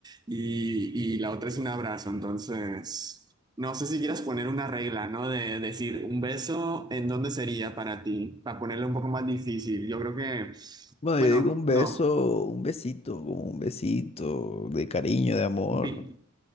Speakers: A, on the right; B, on the left.
A: y, y la otra es un abrazo. Entonces, no sé si quieras poner una regla, ¿no? De decir, un beso, ¿en dónde sería para ti? Para ponerlo un poco más difícil. Yo creo que,
B: Bueno,
A: bueno,
B: yo digo un beso,
A: no.
B: un besito, como un besito de cariño, de amor,
A: Un pic.